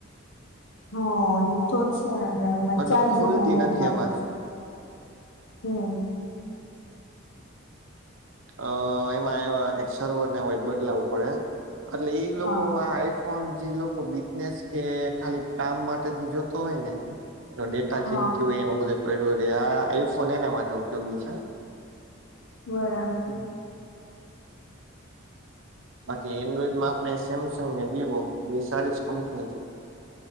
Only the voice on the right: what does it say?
મતલબ
ખુલતી
નથી
એમાં
<unintelligible> બદલાવવું પડે એટલે ઈ લોકો
આ. પણ જે લોકો બિઝનેસ કે ખાલી કામ માટે જે જોતો હોય ને. એ ડેટા
કેમ કે હોય એમાં બધો પડ્યો રે આ આઈફોન એના માટે ઉપયોગી છે.
બાકી એન્ડ્રોઈડમાં આપણે સેમસંગ ને વિવો એ સારી જ કંપની.